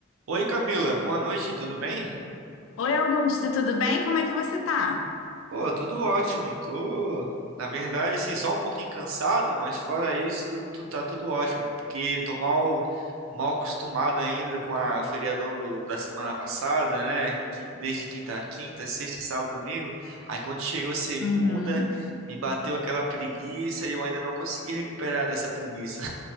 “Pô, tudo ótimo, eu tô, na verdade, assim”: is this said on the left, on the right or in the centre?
Right